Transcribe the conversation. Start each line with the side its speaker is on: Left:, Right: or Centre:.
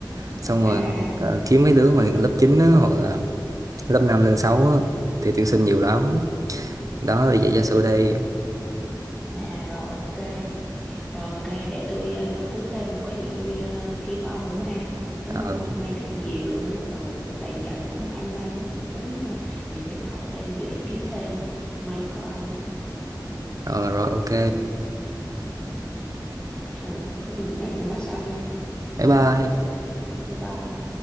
Right: xong rồi
Centre: à
Right: ờ, kiếm mấy đứa mà lớp 9 á, hoặc là lớp 5 lên 6 á, thì tuyển sinh nhiều lắm đó là vậy gia sư đây
Centre: à rồi ok rồi ok để tôi uh, căm cú thêm rồi có gì tôi ờ, kiếm ông nữa ha cảm
Right: Ờ,
Centre: ơn ông hôm nay rất nhiều luôn á ừ tại dạo này cũng hoang mang quá cũng muốn ờ, vừa được học thêm vừa được kiếm thêm may có ông á
Right: ờ, rồi ok
Centre: ừ có gì nói mình nói sau nha
Right: bye bye
Centre: bye bye